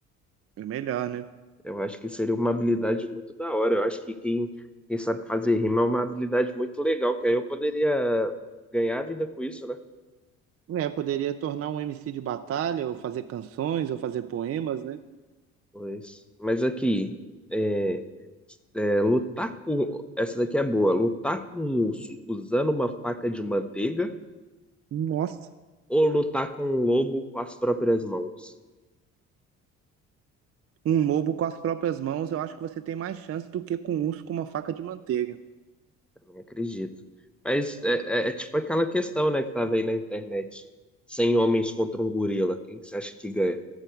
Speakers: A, on the right; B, in the centre.
A: É melhor, né?
B: Eu acho que seria uma habilidade muito da hora. Eu acho que quem, quem sabe fazer rima é uma habilidade muito legal, que aí eu poderia ganhar a vida com isso, né?
A: Né, poderia tornar um MC de batalha, ou fazer canções, ou fazer poemas, né?
B: Pois. Mas aqui, é... É, lutar com. Essa daqui é boa. Lutar com um urso usando uma faca de manteiga
A: Nossa.
B: ou lutar com um lobo com as próprias mãos.
A: Um lobo com as próprias mãos, eu acho que você tem mais chance do que com um urso com uma faca de manteiga.
B: Eu não acredito. Mas é, é- é tipo aquela questão, né, que tava aí na internet. 100 homens contra um gorila. Quem que você acha que ganha?